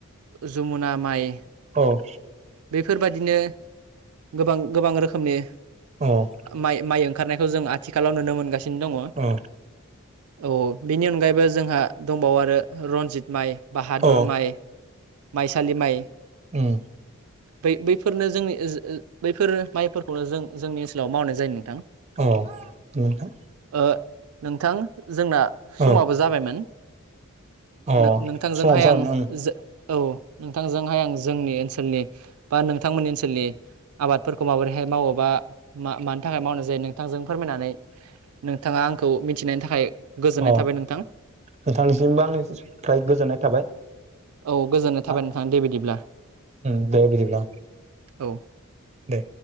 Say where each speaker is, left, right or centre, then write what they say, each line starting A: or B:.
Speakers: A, on the right; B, on the right.
A: जमुना माइ
B: औ
A: बेफोरबायाददि बिदिनो गोबां गोबां रोखोमनि
B: औ
A: माइ माइ ओं ओंखारनायखौ जों आथिखालाव नुनो मोनगासिनो दङ।
B: औ
A: औ बेनि अनगायैबो जोंहा दंबावो आरो रनजित माइ, बाहादुर
B: औ
A: माइ, माइसालि माइ
B: उम
A: बै बै फोरनो जोंनि बैफोर माइफोरखौनो जों जोंनि ओनसोलाव मावनाय जायो नोंथां।
B: औ नोंथां
A: ओ नोंथां जोंना समाबो
B: औ
A: जाबायमोन
B: अ
A: नोंथांजोंहाय
B: समाबो
A: आं
B: जाबायमोन
A: जो औ नोंथांजोंहाय आं जोंनि ओनसोलनि बा नोंथांमोननि ओनसोलनि आबादफोरखौ माबोरैहाय मावोबा मानि थाखाय मावनाय जायो नोंथांजों फोरमायनानै नोंथाङा आंखौ मिथिनायनि थाखाय गोजोननाय
B: अ
A: थाबाय नोंथां
B: नोंथांनिसिमबो आंनि फ्राय गोजोननाय थाबाय।
A: औ गोजोननाय थाबायनानै
B: आ
A: थां दे बिदिब्ला‌।
B: उम दे बिदिब्ला
A: औ।
B: दे